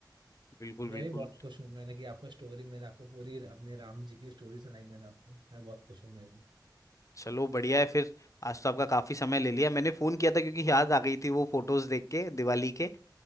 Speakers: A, on the left (about 45°); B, on the right (about 80°).
A: बिल्कुल
B: मैं
A: बिल्कुल
B: भी बहुत खुश हूँ मैंने कि आपको स्टोरी मैंने आपको पूरी अपने राम जी की स्टोरी सुनाई मैंने आपको मैं बहुत खुश हूँ मैं भी
A: चलो बढ़िया है फिर आज तो आपका काफी समय ले लिया मैंने फोन किया था क्योंकि याद आ गई थी वो फोटोज देख के दिवाली के